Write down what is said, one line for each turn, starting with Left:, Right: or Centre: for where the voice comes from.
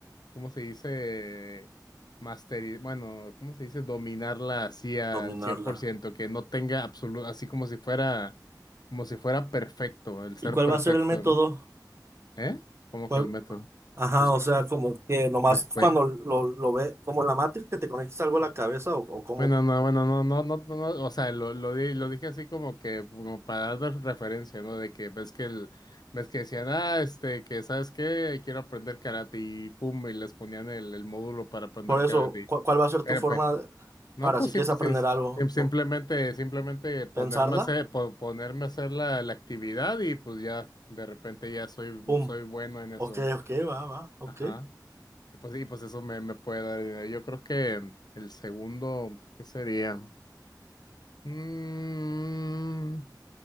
Left: ¿cómo se dice? Masterizar, bueno, ¿cómo se dice? Dominarla así al
Right: Dominarla.
Left: cien por ciento, que no tenga absoluto, así como si fuera, como si fuera perfecto, el ser
Right: ¿Y cuál
Left: perfecto,
Right: va a ser el método?
Left: ¿no? ¿Eh? Como
Right: ¿Cuál-
Left: que el método.
Right: Ajá,
Left: Pues.
Right: o sea, como que nomás
Left: Pues, pues,
Right: cuando lo, lo ve, como en la Matrix, que te conectes algo a la cabeza o, o como...
Left: bueno, no, bueno, no, no, no, no, no, o sea, lo, lo, di- lo dije así como que, como para dar referencia, ¿no? De que ves que el, ves que decían, ah, este, que, ¿sabes qué? Quiero aprender karate y pum, y les ponían el, el módulo para aprender
Right: Por eso,
Left: karate.
Right: ¿cu- ¿cuál va a ser
Left: Pero,
Right: tu forma
Left: pues,
Right: de-
Left: no,
Right: para
Left: pues,
Right: si quieres
Left: simple,
Right: aprender
Left: sim-
Right: algo?
Left: sim- simplemente,
Right: No,
Left: simplemente ponerme
Right: pensarla,
Left: a hacer, po- ponerme a hacer la, la actividad y pues ya, de repente ya soy,
Right: pum,
Left: soy bueno en eso,
Right: ok,
Left: ¿no?
Right: ok, va, va, ok.
Left: Ajá. Y pues, y pues eso me, me puede dar, idea. yo creo que el segundo, ¿qué sería? Mm,